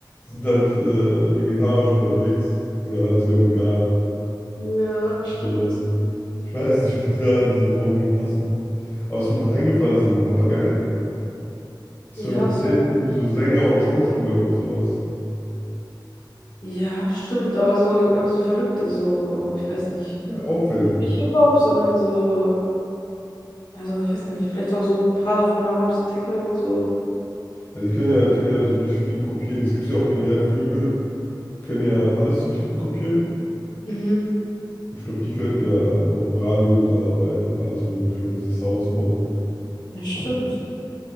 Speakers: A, on the left; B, on the left.
A: die sind halt äh, vegetarisch unterwegs oder halt sogar vegan.
B: Ja, stimmt.
A: So. Ich weiß nicht, ob die da in diese Branche passen. Aber was mir noch eingefallen ist, sind Papageien. Das
B: Ja,
A: wären noch
B: was
A: safe
B: wäre
A: irgendwie so Sänger und Schauspieler und sowas.
B: Ja, stimmt, aber so, aber so verrückte, so, ich weiß nicht.
A: Ja, auffällig.
B: Nicht Hip-Hop, sondern so, also ich weiß nicht, vielleicht auch so ein paar davon machen, ein bisschen Techno und so.
A: Ja, die können ja, die können ja so richtig viel kopieren. Es gibt ja auch generell Vögel, die können ja alles richtig gut kopieren.
B: Mhm.
A: Und ich glaube, die könnten ja auch im Radio und so arbeiten und alles Mögliche und diese Sounds machen.
B: Ja, stimmt.